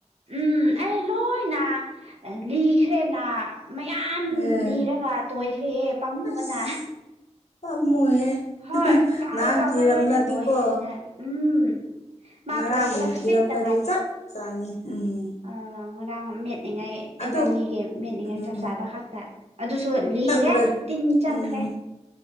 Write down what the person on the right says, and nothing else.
ꯎꯝ ꯑꯩ ꯂꯣꯏꯅ ꯂꯤꯈ꯭ꯔꯦꯅ ꯃꯌꯥꯝ
ꯂꯤꯔꯒ ꯇꯣꯏꯈ꯭ꯔꯦ ꯄꯥꯝꯃꯨꯕꯅ
ꯍꯣꯏ ꯆꯥꯎꯑꯣ
ꯆꯥꯎꯕ
ꯂꯣꯏꯅꯦ ꯇꯣꯏꯈ꯭ꯔꯦꯅꯦ ꯎꯝ ꯃꯥ
ꯄꯨꯔꯛꯄꯗ ꯈꯖꯤꯛꯇ
ꯑ ꯉꯔꯥꯡ ꯃꯦꯠꯂꯤꯉꯥꯏ
ꯏꯕꯥꯅꯤꯒꯤ ꯃꯦꯠꯅꯤꯡꯉꯥꯏ
ꯆꯞ ꯆꯥꯕ ꯈꯛꯇ ꯑꯗꯨꯁꯨ ꯂꯤꯔꯦ
ꯇꯤꯟ ꯆꯪꯈ꯭ꯔꯦ